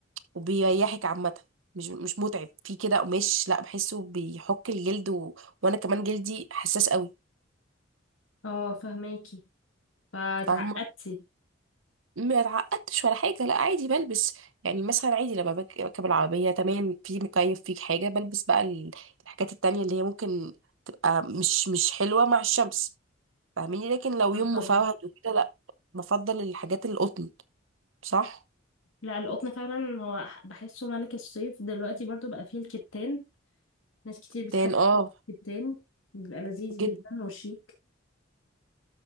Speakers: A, on the right; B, on the left.
A: وبيريحك عامه مش مش متعب في كده قماش لا بحسه بيحك الجلد و... وانا كمان جلدي حساس قوي
B: اه فهماكي فتعقدتي
A: فاهمه؟ ما اتعقدتش ولا حاجة لا عادي بلبس يعني مثلا عادي لما بك- بركب العربية تمام في مكيف فيك حاجة بلبس بقى ال- الحاجات التانية اللي هي ممكن تبقى مش مش حلوة مع الشمس فاهميني لكن لو
B: اه
A: يوم
B: طبعا
A: مفرهد وكده لا بفضل الحاجات القطن صح
B: لا القطن فعلا هو بحسه ملك الصيف دلوقتي برضو بقى فيه الكتان ناس كتير بتحب
A: تان اه
B: الكتان بيبقى لذيذ جدا
A: جدا.
B: وشيك